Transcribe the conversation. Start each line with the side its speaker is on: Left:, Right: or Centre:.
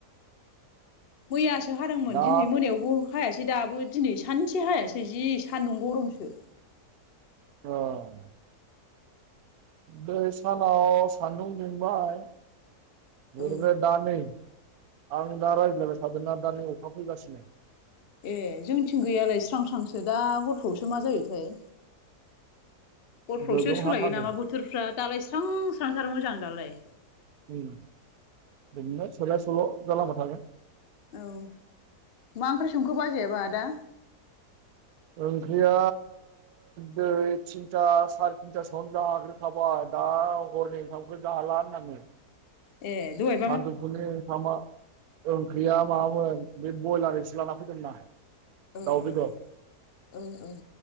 Left: मैयासो हादोंमोन
Right: दा
Left: दिनै मोनायावबो हायासै दाबो दिनै सानसे हायासै जि सान्दुं गरमसो।
Right: अ। दहाय सानाव सान्दुं दुंबाय
Left: औ
Right: बेनिफ्राय दा नै। आं दा रायलायबाय थादोंना दा नै अखा फैगासिनो।
Left: ए जोंथिं गैयालाय स्रां स्रांसो दा हरफ्रासो मा जायोथाय। हरफ्रावसो
Right: गोगोम
Left: सोलायो
Right: हाखादों
Left: नामा बोथोरफ्रा दालाय स्रां स्रांथारो मोजां दालाय।
Right: उम बिदिनो सोलाय सोल' जालांबाय थागोन।
Left: औ मा ओंख्रि संखो बाजैयाबा आदा!
Right: ओंख्रिया दै थिनथा सारा थिनथासोआवनो जाग्रो खाबाय दा हरनि ओंखामखौ जाला होननानै।
Left: ए दहाय
Right: सानजौफुनि ओंखामा ओंख्रिया माबामोन बे ब्रयलार एसे लाना फैदोंमोन आं।
Left: ओं
Right: दाउ
Left: ओं
Right: बेदर
Left: ओं ओं